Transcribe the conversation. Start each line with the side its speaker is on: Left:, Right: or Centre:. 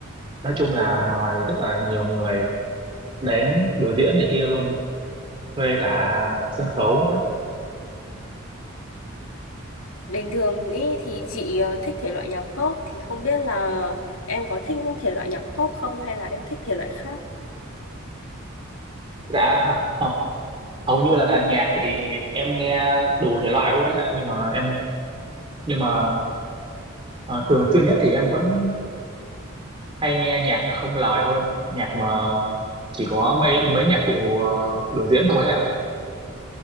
Right: nói chung là mời rất là nhiều người đến biểu diễn này kia luôn thuê cả sân khấu nữa
Left: Bình thường ý thì chị ờ, thích thể loại nhạc pop thì không biết là em có thích những thể loại nhạc pop không hay là em thích thể loại khác?
Right: dạ không, không hầu như là nhạc thì em nghe đủ thể loại luôn đấy ạ nhưng mà em nhưng mà ờ, thường xuyên nhất thì em vẫn hay nghe nhạc không lời hơn nhạc mà chỉ có mấy mấy nhạc cụ ờ, biểu diễn thôi ấy ạ